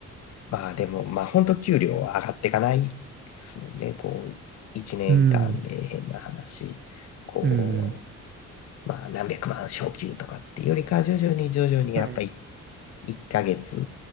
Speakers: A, on the left (about 60°); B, on the right (about 40°).
A: まあでも、まあ本当給料は上がっていかないですもんね。こう、1年間で変な話、
B: うん、
A: こ
B: うん、うん。
A: う、まあ何百万昇給とかっていうよりか徐々に徐々にやっぱり
B: はい。
A: 1ヶ月、